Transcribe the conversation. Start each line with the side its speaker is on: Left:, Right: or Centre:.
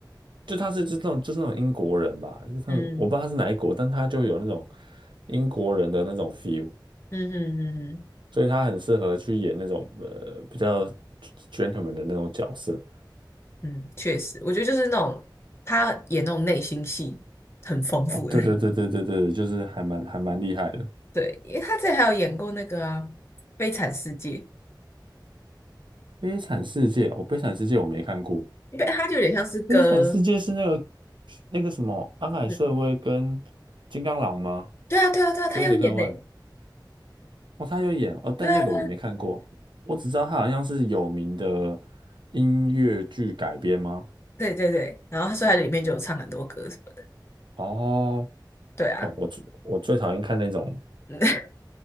Right: 就他是就是那种就是那种英国人吧，就是他我不知道他是哪一国，
Left: 嗯
Right: 但他就有那种英国人的那种 feel，
Left: 嗯嗯嗯嗯
Right: 所以他很适合去演那种呃比较 gentleman 的那种角色。
Left: 嗯，确实，我觉得就是那种他演那种内心戏很丰富的，
Right: 哦，对对对对对对，就是还蛮还蛮厉害的。
Left: <laughs> 对，因为他之前还有演过那个啊《悲惨世界》。
Right: 《悲惨世界》哦，《悲惨世界》我没看过，
Left: 因为他就有点像是歌，
Right: 《悲惨世界》是那个那个什么安海瑟薇跟金刚狼吗？
Left: 嗯，对啊，对啊，对啊，他有演呢，
Right: 修杰克曼。哦，他有演哦，但那个我没看过，
Left: 对啊，对啊，
Right: 我只知道他好像是有名的音乐剧改编吗？
Left: 对对对，然后他所以他里面就有唱很多歌什么的，
Right: 哦，
Left: 对啊，
Right: 哦，我最我最讨厌看那种，
Left: 嗯